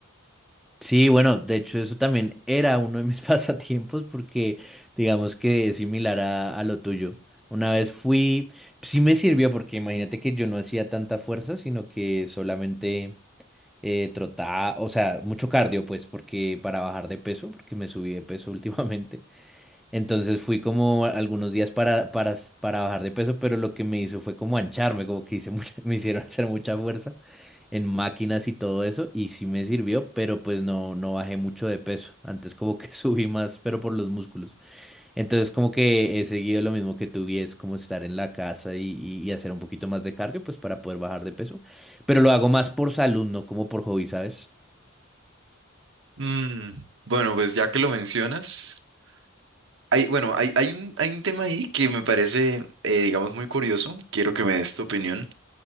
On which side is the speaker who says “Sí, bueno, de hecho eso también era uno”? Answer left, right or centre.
Centre